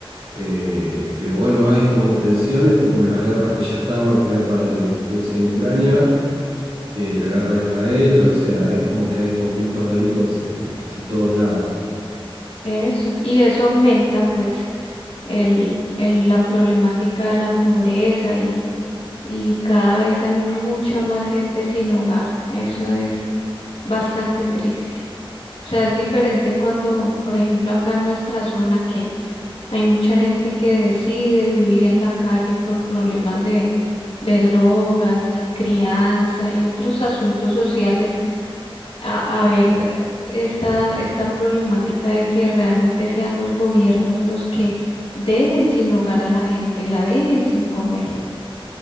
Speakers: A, on the right; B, on the left.
A: eh, pero bueno, hay como tensiones y bueno, las guerras que ya estaban, guerra de Rusia y
B: Ujú.
A: Ucrania eh, la guerra de Israel, o sea, es como que hay conflictos bélicos en casi todos lados.
B: Eso. Y eso aumenta pues el, el- la problemática de la pobreza y y cada vez hay mucha más gente sin hogar. Eso es bastante triste. O sea, es diferente cuando, por ejemplo, acá en nuestra zona que hay mucha gente que decide vivir en la calle por problemas de, de drogas y crianza y otros asuntos sociales, a, a ver esta, esta problemática de que realmente sean los gobiernos los que dejen sin hogar a la gente, la dejen sin comer.